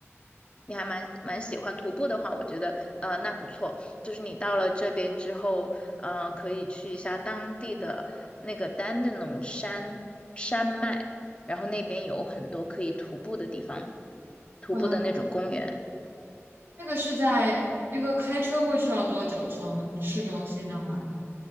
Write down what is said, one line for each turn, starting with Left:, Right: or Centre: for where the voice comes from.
Left: 你还蛮蛮喜欢徒步的话，我觉得呃那不错。就是你到了这边之后，呃，可以去一下当地的那个丹德农山山脉，然后那边有很多可以徒步的地方，徒步的那种公园。
Right: 呃，那个是在那个开车过去要多久？从市中心的话，